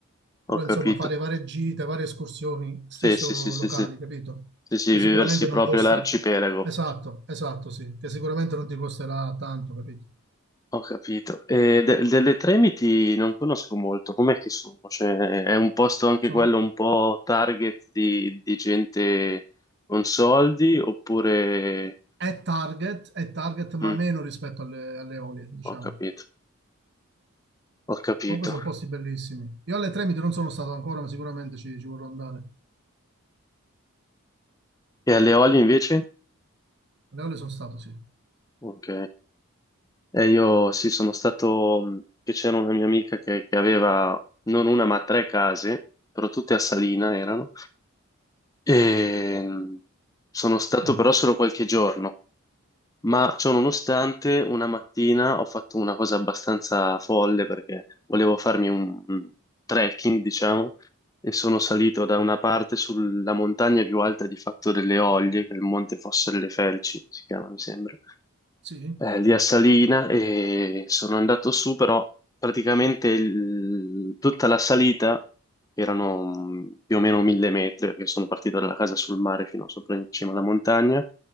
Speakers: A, on the right (about 50°); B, on the left (about 15°).
A: Però,
B: ho capito.
A: insomma, fare varie gite, varie escursioni, stesso
B: Sì, sì, sì, sì,
A: locali,
B: sì.
A: capito?
B: Sì, sì,
A: Che
B: viversi
A: sicuramente non
B: proprio
A: costa...
B: l'arcipelago.
A: Esatto, esatto, sì, che sicuramente non ti costerà tanto, capito?
B: Ho capito. E de- delle Tremiti non conosco molto. Com'è che sono? Cioè, è un posto anche
A: Sono...
B: quello un po' target di, di gente con soldi oppure...
A: è target, è target, ma
B: Mm,
A: meno rispetto alle, alle olie, diciamo.
B: ho capito, ho capito.
A: Comunque sono posti bellissimi. Io alle Tremiti non sono stato ancora, ma sicuramente ci, ci vorrò andare.
B: E alle Olie invece?
A: Alle olie sono stato, sì.
B: Ok. E io sì, sono stato, mh, che c'era una mia amica che, che aveva non una ma tre case, però tutte a Salina erano, E sono stato
A: Mm.
B: però solo qualche giorno, ma ciononostante una mattina ho fatto una cosa abbastanza folle perché volevo farmi un un trekking, diciamo, e sono salito da una parte sulla montagna più alta di Fatto delle Oglie, che è il Monte Fosse delle Felci, si chiama, mi sembra
A: Sì?
B: eh, lì a Salina e sono andato su, però praticamente il- tutta la salita erano mm, più o meno mille metri, perché sono partito dalla casa sul mare fino a sopra in cima alla montagna